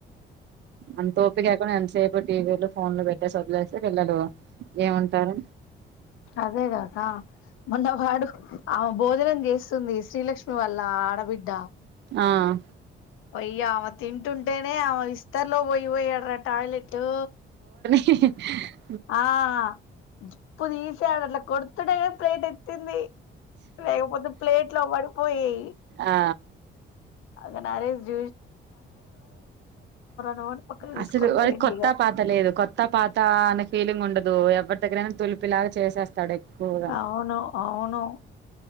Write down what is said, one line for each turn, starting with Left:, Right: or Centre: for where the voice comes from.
Right: అంత ఓపిక ఎక్కడ ఎంతసేపు టీవీలు ఫోన్లు పెట్టేసి వ స్తే పిల్లలు ఏముంటారు
Left: అదే కాదా మందు వడు ఆహ్ భోజనం చేస్త స్తుంది శ్రీలక్ష్మి వల్ల ఆడబిడ్డ
Right: ఆహ్
Left: అయ ఆమె తింటుంటేనే ఆమె ఇస్తరులో పోయి పోయాడ రా టాయిలెట్ టూ
Right: <unintelligible>
Left: ఆహ్ ప్పు తీసాడు అట్లా కొడుతుడే ప్లేట్ ఎత్తింది లేకపోతే ప్లేట్ లో పడిపోయియి
Right: ఆ
Left: అ నాారేజ జ నువ్వు అని పక్కకు తీసుకొని
Right: అసలు వారికి
Left: పోయిండు
Right: కొత్త
Left: ఇగ
Right: పాత లేదు కొత్త పాత అనే ఫీలింగ్ ఉండదు ఎవరి దగ్గరైనా తులిపిలాగా చేసేస్తాడు ఎక్కువగా
Left: అవును అవును